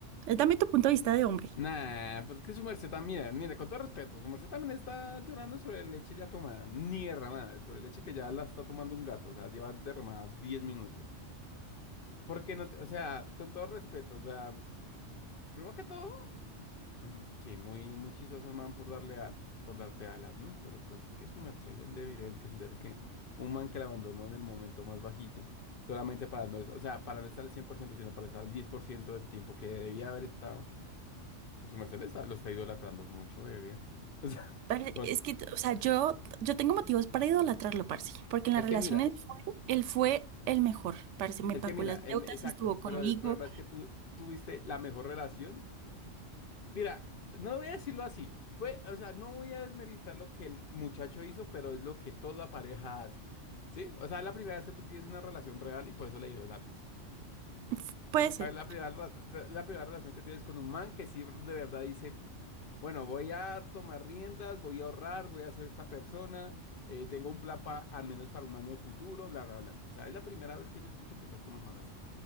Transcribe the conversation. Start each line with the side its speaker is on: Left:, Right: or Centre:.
Right: Eh, Dame tu punto de vista de hombre.
Left: Nah, pues que su merced también, mire, mire, con todo respeto, su merced también está llorando sobre leche ya tomada, ni derramada, sobre leche que ya la está tomando un gato, o sea, lleva derramada 10 minutos. Porque no, te- o sea, con todo respeto, o sea, primero que todo. Mm, Sí, muy, muy chistoso el man por darle al- por darte alas, ¿no? Pero pues es que su merced ya debería entender que un man que la abandonó en el momento más bajito, solamente para no, es- o sea, para no estar al 100%, sino para estar al 10% del tiempo que debía haber estado, su merced le está, lo está idolatrando mucho, bebé. O sea,
Right: Pero
Left: <laughs> con-
Right: es que, o sea, yo, yo tengo motivos para idolatrarlo, parce, porque en
Left: es
Right: las relaciones
Left: que mira,
Right: fue- él fue el mejor, parce, me
Left: es
Right: pagó
Left: que mira,
Right: las
Left: el,
Right: deudas,
Left: exacto,
Right: estuvo conmigo,
Left: pero el problema es que tú tuviste la mejor relación Mira, no voy a decirlo así. Pues, o sea, no voy a desmeritar lo que el muchacho hizo, pero es lo que toda pareja hace. ¿Sí? O sea, es la primera vez que tú tienes una relación real y por eso la idolatras.
Right: F- puede
Left: O sea,
Right: ser.
Left: es la primera, raza- la primera relación que tienes con un man que sí de verdad dice, bueno, voy a tomar riendas, voy a ahorrar, voy a ser esta persona, eh, tengo un plan para al menos para un año de futuro, bla, bla, bla. O sea, es la primera vez que yo escucho que estás con un man así